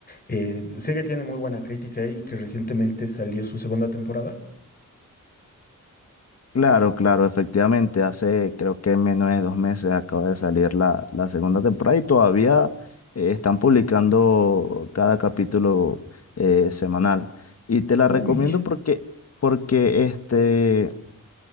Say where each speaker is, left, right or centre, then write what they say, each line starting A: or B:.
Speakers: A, on the left; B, on the left.
A: eh, sé que tiene muy buena crítica y que recientemente salió su segunda temporada.
B: Claro, claro, efectivamente, hace creo que menos de dos meses acaba de salir la, la segunda temporada y todavía eh, están publicando cada capítulo eh, semanal. Y te la
A: Uy.
B: recomiendo porque, porque este,